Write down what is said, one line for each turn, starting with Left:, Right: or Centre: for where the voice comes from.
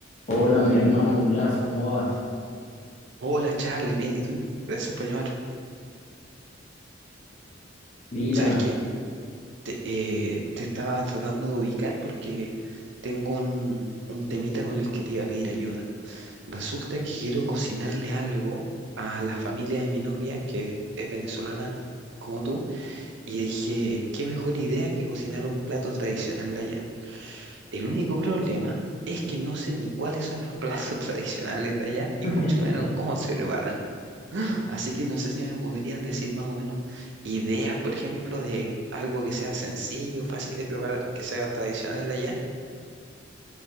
Left: Hola, mi hermano Blas, ¿cómo vas?
Right: Hola Charles, bien, ¿y tú? Gracias por llamar.
Left: Mira,
Right: Sabes que te, eh, te estaba tratando de ubicar porque tengo un, un temita con el que te iba a pedir ayuda. Resulta que quiero cocinarle algo a la familia de mi novia, que es venezolana como tú, y dije, qué mejor idea que cocinar un plato tradicional de allá. El único problema es que no sé ni cuáles son los platos <laughs> tradicionales de allá y
Left: <laughs>
Right: mucho menos cómo se preparan. Así que no sé si me podrías decir más o menos ideas, por ejemplo, de algo que sea sencillo, fácil de preparar, que sea tradicional de allá.